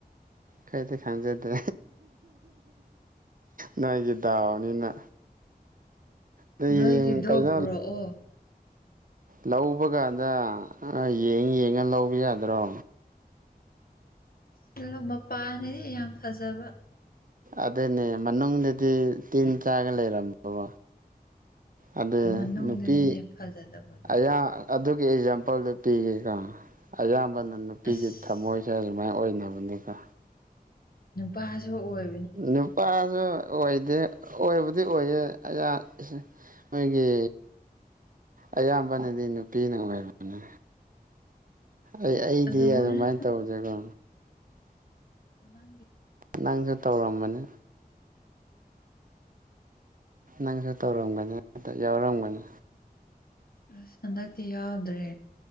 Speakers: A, on the right; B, on the left.
A: ꯈꯔꯗꯤ ꯈꯪꯗꯦꯗ ꯅꯣꯏꯒꯤ ꯗꯥꯎꯅꯤꯅ ꯑꯗꯨ
B: ꯅꯣꯏꯒꯤꯔꯗꯣ
A: ꯌꯦꯡ ꯀꯩꯅꯣ
B: ꯄꯨꯔꯛꯑꯣ
A: ꯂꯧꯕ ꯀꯥꯟꯗ ꯑꯥ ꯌꯦꯡ ꯌꯦꯡꯉ ꯂꯧꯕ ꯌꯥꯗ꯭ꯔꯣ
B: <unintelligible> ꯃꯄꯥꯟꯗꯗꯤ ꯌꯥꯝ ꯐꯖꯕ
A: ꯑꯗꯨꯅꯦ ꯃꯅꯨꯡꯗꯗꯤ ꯇꯤꯟ ꯆꯥꯔꯒ ꯂꯩꯔꯝꯃꯕꯣ ꯑꯗꯦ
B: ꯃꯅꯨꯡꯗꯅꯤꯅꯦ
A: ꯅꯨꯄꯤ
B: ꯐꯖꯗꯕꯗꯣ
A: ꯑꯌꯥꯝ ꯑꯗꯨꯒꯤ ꯑꯦꯛꯖꯥꯝꯄꯜꯗꯨ ꯄꯤꯒꯦꯀꯣ ꯑꯌꯥꯝꯕꯅ ꯅꯨꯄꯤꯒꯤ
B: ꯑꯁ
A: ꯊꯝꯃꯣꯏ ꯖꯦ ꯑꯗꯨꯃꯥꯏ ꯑꯣꯏꯅꯕꯅꯦ ꯀꯣ
B: ꯅꯨꯄꯥꯁꯨ ꯑꯣꯏ
A: ꯅꯨꯄꯥꯖꯨ ꯑꯣꯏꯗꯦ ꯑꯣꯏꯕꯗꯤ ꯑꯣꯏꯌꯦ ꯑꯌꯥ ꯏꯁꯤ ꯃꯣꯏꯒꯤ ꯑꯌꯥꯝꯕꯅꯗꯤ ꯅꯨꯄꯤꯅ ꯑꯣꯏꯕꯅꯦ ꯑꯩ ꯑꯩꯗꯤ
B: ꯑꯗꯨꯃꯥꯏꯅ
A: ꯑꯗꯨꯃꯥꯏꯟ ꯇꯧꯗꯦꯀꯣ
B: ꯃꯃꯥꯡꯒꯤ
A: ꯅꯪꯖꯨ ꯇꯧꯔꯝꯃꯅꯤ ꯅꯪꯁꯨ ꯇꯧꯔꯝꯒꯅꯤ ꯍꯥꯏꯐꯦꯠ ꯌꯥꯎꯔꯝꯒꯅꯤ
B: ꯑꯁ ꯍꯟꯗꯛꯇꯤ ꯌꯥꯎꯗ꯭ꯔꯦ